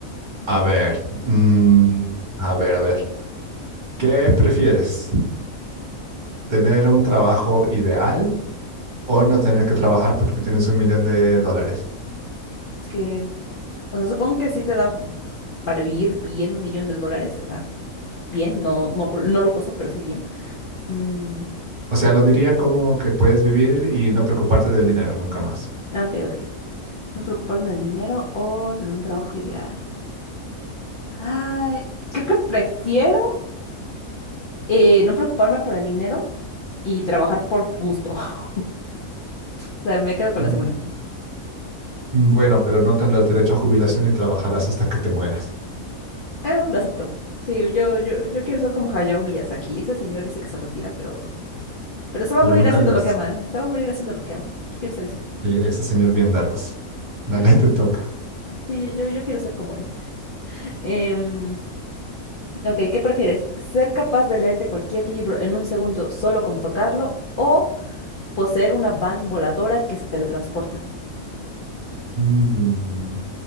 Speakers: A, on the right; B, on the left.
A: A ver, mm, a ver, a ver. ¿Qué prefieres? ¿Tener un trabajo ideal o no tener que trabajar porque tienes un millón de dólares?
B: Es que, o sea, supongo que sí te da para vivir bien un millón de dólares. O sea, bien, no, no, cul- no lujoso, pero sí bien. Mm,
A: O sea, lo diría como que puedes vivir y no preocuparte del dinero nunca más.
B: ah, ok, ok. No preocuparme del dinero o tener un trabajo ideal. Ay, creo que prefiero eh, no preocuparme por el dinero y trabajar por gusto. <laughs> O sea, me quedo con
A: Mm,
B: la segunda.
A: Bueno, pero no tendrás derecho a jubilación y trabajarás hasta que te mueras.
B: Ah, lo acepto. Sí, yo, yo, yo quiero ser como Hayao Miyazaki. Ese señor dice que se retira, pero Pero se va
A: Pero
B: a morir
A: nunca
B: haciendo
A: lo
B: lo
A: haces.
B: que ama. Se va a morir haciendo lo que ama. Yo quiero ser ese.
A: Sí, ese señor bien darks. Dale,
B: Sí,
A: te toca.
B: sí, yo, yo, yo quiero ser como él. Em, ok, ¿qué prefieres? ¿Ser capaz de leerte cualquier libro en un segundo solo con tocarlo o poseer una van voladora que se teletransporta?
A: Mm,